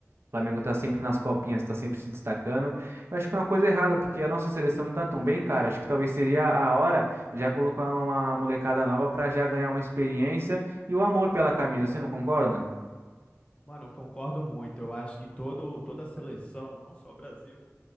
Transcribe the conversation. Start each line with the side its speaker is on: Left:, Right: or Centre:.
Right: Flamengo tá sempre nas copinhas, tá sempre se destacando. Eu acho que é uma coisa errada, porque a nossa seleção não tá tão bem, cara. Acho que talvez seria a hora de já colocar uma molecada nova pra já ganhar uma experiência e o amor pela camisa. Você não concorda?
Left: Mano, eu concordo muito. Eu acho que todo, toda a seleção, não só o Brasil,